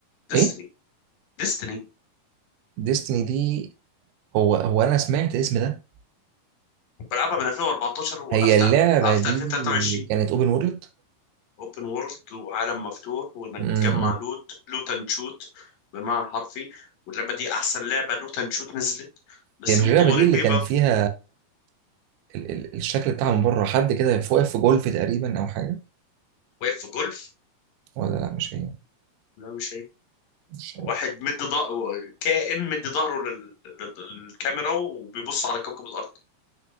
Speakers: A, on the left; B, on the right.
A: ديستني
B: إيه
A: ديستني
B: ديستني دي هو هو أنا سمعت الاسم ده
A: بلعبها من 2014 وقفت
B: هي اللعبة
A: ع- وقفت
B: دي
A: 2023
B: كانت أوبن وورلد
A: اوبن وورلد وعالم مفتوح وانك
B: مم.
A: بتجمع لوت لوت اند شوت بالمعنى الحرفي واللعبه دي احسن لعبه لوت اند شوت نزلت بس
B: هي مش
A: المطورين
B: اللعبة دي اللي
A: بيبقى
B: كان فيها ال ال الشكل بتاعها من بره حد كده واقف في جولف تقريبا أو حاجة
A: واقف في جولف
B: ولا لا مش هي
A: لا مش هي
B: مش
A: واحد
B: هي.
A: مد ضهر كائن مد ظهره لل... لل- للكاميرا وبيبص على كوكب الارض